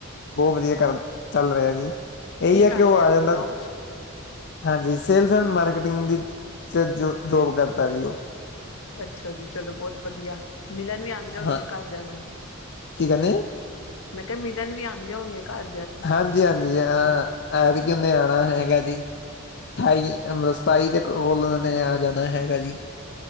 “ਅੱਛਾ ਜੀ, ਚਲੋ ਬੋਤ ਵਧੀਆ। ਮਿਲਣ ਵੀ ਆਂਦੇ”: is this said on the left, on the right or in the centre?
Left